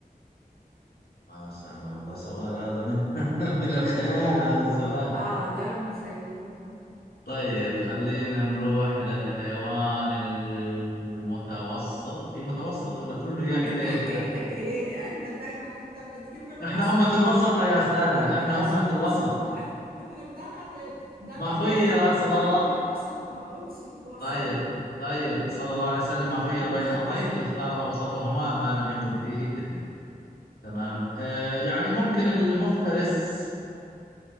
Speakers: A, on the left (about 80°); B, on the right (about 70°).
A: آه سلام والله سؤال هذا من, <laughs> من الخيال هذا السؤال
B: آه ده ما خيال آه
A: طيب خلينا نروح للحيوان المتوسط في متوسط ولا كله
B: <laughs>
A: يا كده
B: أنت
A: يا
B: حكايتك
A: كده
B: إيه؟ أنت دايما أنت بتجيب الوسط
A: احنا أمة وسطة يا أستاذة
B: لا بلاش
A: احنا أمة
B: الوسط
A: وسط
B: ده <laughs> ده انا اللي ده
A: ما
B: انا
A: خير
B: اللي, اللي
A: صلى
B: بميل
A: الله
B: للوسط ما بقولش الوسط
A: طيب طيب صلى الله عليه وسلم ما خير
B: عليه
A: بين
B: الصلاة
A: أمرين
B: والسلام
A: اللي اختار أوسطهما ما لم يكن فيه إثم تمام آه يعني ممكن المفترس